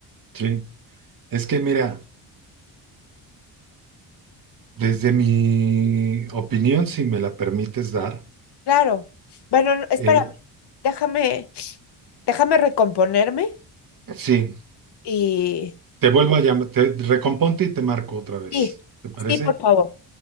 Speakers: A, on the right (about 50°); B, on the left (about 60°).
A: sí. Es que mira. Desde mi opinión, si me la permites dar,
B: Claro. Bueno, no, espérame.
A: eh,
B: Déjame, déjame recomponerme
A: sí,
B: y...
A: te vuelvo a llamar, te recomponte y te marco otra vez.
B: Sí,
A: ¿Te parece?
B: sí, por favor.